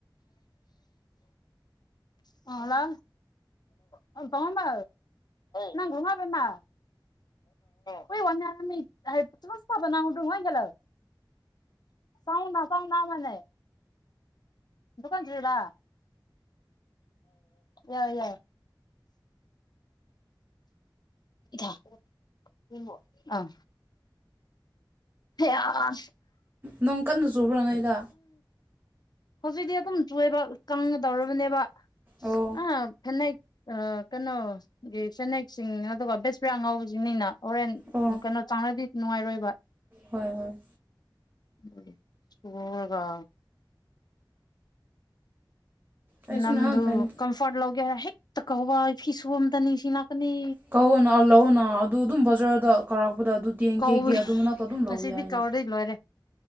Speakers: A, on the left (about 55°); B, on the right (about 25°).
A: ꯑ ꯍꯜꯂꯣꯣ ꯀꯃꯣꯟꯝꯕ ꯅꯪ ꯨꯃꯥꯕꯅ ꯍꯣꯏ ꯋꯥ ꯊꯁꯕꯅꯗ ꯍꯥꯏꯒꯂꯣ ꯆꯥꯎꯥꯎꯅꯥ ꯆꯥꯎꯥꯎꯅꯥ ꯃꯅꯦ ꯗꯨꯀꯥꯟ ꯆꯂ ꯌꯥꯏ ꯌꯥꯏ ꯏ ꯑꯥ ꯍ
B: ꯅꯪ ꯀꯟꯅ ꯆꯨꯈ꯭ꯔꯣꯉꯩꯗ
A: ꯍꯧꯖꯤꯛꯇꯤ ꯑꯗꯨꯝ ꯆꯣꯏꯕ ꯀꯪꯒꯗꯧꯔꯕꯅꯦꯕ
B: ꯑꯣ
A: ꯑ ꯆꯅꯥ ꯑ ꯀꯩꯅꯣ ꯆꯦꯅꯦꯛꯁꯤꯡ ꯑꯗꯨꯒ ꯕꯦꯁꯄꯔꯥ ꯉꯥꯎꯁꯤꯡꯅꯤꯅ ꯑꯣꯔꯦꯟ
B: ꯑꯣ
A: ꯀꯩꯅꯣ ꯇꯥꯡꯅꯗꯤ ꯅꯨꯡꯉꯥꯏꯔꯣꯏꯕ
B: ꯍꯣꯏ ꯍꯣꯏ
A: ꯎ ꯎꯒ
B: ꯑꯩꯁꯨ
A: ꯅꯝꯗꯨ
B: ꯅꯍꯥꯟ ꯐꯅꯤ
A: ꯀꯝꯐꯣꯔꯠ ꯂꯧꯒꯦ ꯍꯥꯏꯔ ꯍꯦꯛꯇ ꯀꯧꯕ ꯏ ꯐꯤ ꯁꯨꯕ ꯑꯝꯇ ꯅꯤꯡꯁꯤꯡ ꯂꯥꯛꯀꯅꯤ
B: ꯀꯧꯑꯣꯅ ꯑꯂꯧꯅꯥ ꯑꯗꯨ ꯑꯗꯨꯝ ꯕꯖꯥꯔꯗ ꯀꯥꯔꯛꯄꯗ ꯑꯗꯨ ꯇꯦꯟ
A: ꯀꯧꯏ
B: ꯀꯦꯒꯤ ꯑꯗꯨ ꯃꯅꯥꯛꯇ ꯑꯗꯨꯝ ꯂꯧꯕ
A: ꯉꯁꯤꯗꯤ
B: ꯌꯥꯏꯅ
A: ꯀꯧꯗꯣꯏ ꯂꯣꯏꯔꯦ